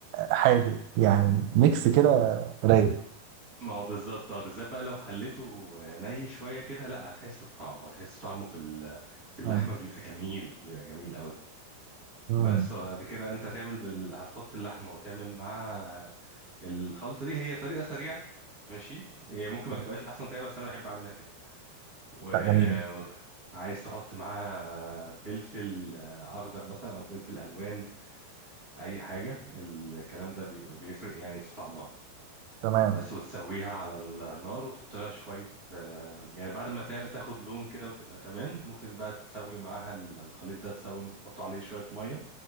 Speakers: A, on the right (about 80°); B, on the right (about 40°).
A: حادق يعني ميكس كده رايق
B: ما هو بالظبط اه بالذات بقى لو خليته ني شويه كده لا هتحس بطعمه هتحس طعمه في ال- في اللحمه
A: مم.
B: بيبقى جميل بيبقى جميل قوي
A: مم.
B: بس وبعد كده انت هتعمل بال... هتحط اللحمه وتعمل معاها الخلطه دي هي طريقه سريعه ماشي هي ممكن ما
A: تمام.
B: تبقاش احسن طريقه بس انا بحب اعملها كده وعايز
A: لا جميلة
B: تحط معاها فلفل آه، اخضر مثلا او فلفل الوان اي حاجه الكلام ده بيبقى بيفرق يعني في طعمها
A: تمام
B: بس وتسويها على النار وتحط لها شويه آه، يعني بعد ما تا- تاخد لون كده وتبقى تمام ممكن بقى تسوي معاها ال- الخليط ده تسوي تحط عليه شويه ميه